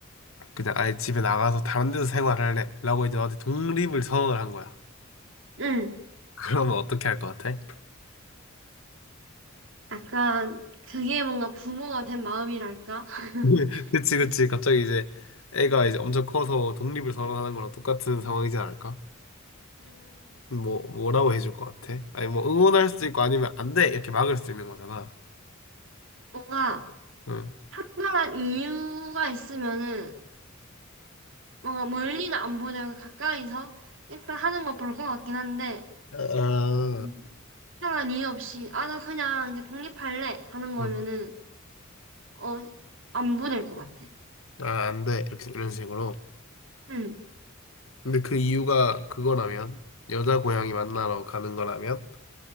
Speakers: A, on the left; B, on the right.
A: 그냥 아예 집에 나가서 다른 데서 생활할래. 라고 이제 너한테 독립을 선언을 한 거야.
B: 응.
A: <laughs> 그러면 어떻게 할 것 같아?
B: 약간 그게 뭔가 부모가 된 마음이랄까? <laughs>
A: <laughs> 그치, 그치. 갑자기 이제 애가 이제 엄청 커서 독립을 선언하는 거랑 똑같은 상황이지 않을까?
B: 음.
A: 뭐, 뭐라고 해줄 것 같아? 아니, 뭐, 응원할 수도 있고 아니면 안 돼! 이렇게 막을 수도 있는 거잖아.
B: 뭔가
A: 응.
B: 특별한 이유가 있으면은 뭔가 멀리는 안 보내고 가까이서 일단 하는 거 볼 것 같긴 한데
A: 아,
B: 음. 특별한 이유 없이 아 나 그냥 이제 독립할래 하는 거면은
A: 응.
B: 어 안 보낼 것 같아.
A: 아, 안 돼. 이렇게, 이런 식으로.
B: 응.
A: 근데 그 이유가 그거라면, 여자 고양이 만나러 가는 거라면,